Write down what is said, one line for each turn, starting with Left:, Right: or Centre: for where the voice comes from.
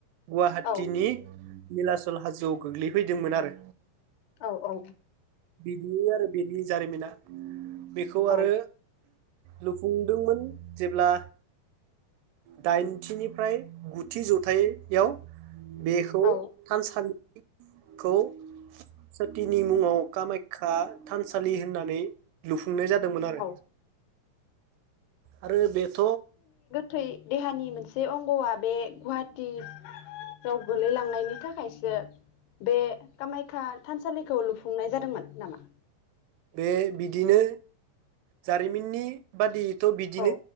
Right: गुवाहाटिनि
Left: औ
Right: निलास खोला हाजोआव गोग्लैफैदोंमोन आरो।
Left: औ औ।
Right: बिदि आरो बिदि जारिमिना। बेखौ आरो
Left: औ
Right: लुफुंदोंमोन। जेब्ला दाइनथिनिफ्राय गुथि जथायाव बेखौ
Left: औ
Right: थानसालिखौ सथिनि मुङाव खामायखा थानसालि होननानै लुफुं खुंनाय जादोंमोन आरो
Left: औ
Right: आरो बेथ
Left: थै देहानि मोनसे अंगआ बे गुहाटि आव गोलैलांनायनि थाखायसो बे कामाख्या थानसालिखौ लुफुंनाय जादोंमोन नामा
Right: बे बिदिनो जारिमिननि बादि थ बिदिनो
Left: औ